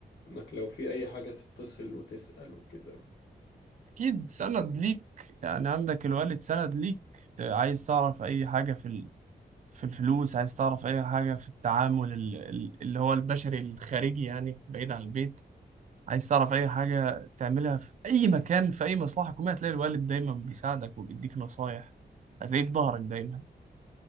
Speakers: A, on the left; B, on the right.
A: انك لو في اي حاجه تتصل وتسال وكده
B: اكيد سند ليك يعني عندك الوالد سند ليك ت- عايز تعرف اي حاجة في ال- في الفلوس عايز تعرف اي حاجة في التعامل ال- ال- اللي هو البشري الخارجي يعني بعيد عن البيت عايز تعرف اي حاجة تعملها في اي مكان في اي مصلحة حكومية هتلاقي الوالد دايما بيساعدك وبيديك نصايح هتلاقيه في ظهرك دايما